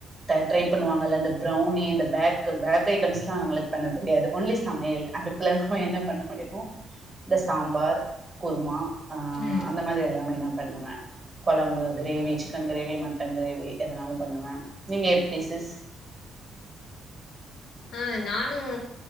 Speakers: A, on the right (about 25°); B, on the left (about 75°).
A: ட ட்ரை பண்ணுவாங்கல்ல இந்த ப்ரொவ்னி இந்த பேக் க பேக் ஐட்டம்ஸ்லா நம்மளுக்கு பண்ண தெரியாது ஓன்லி சமையல் அடுப்புல நம்ம என்ன பண்ண முடியுமோ இந்த சாம்பார் குர்மா ஆ
B: ம்
A: அந்த மாதிரி எல்லாமே நா பண்ணுவே கொழம்பு gravy chicken gravy mutton gravy எதனாலு பண்ணுவே நீங்க எப்டி சிஸ்
B: ஆ நானு